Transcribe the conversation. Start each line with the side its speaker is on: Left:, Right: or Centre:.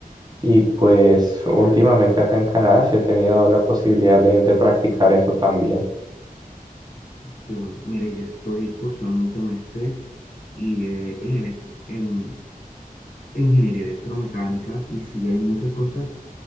Right: Y pues últimamente acá en Canadá sí he tenido la posibilidad de, de practicar eso también.
Left: Que bueno, mire, yo estoy cursando un semestre y eh, en, elec- en en ingeniería electromecánica y sí hay muchas cosas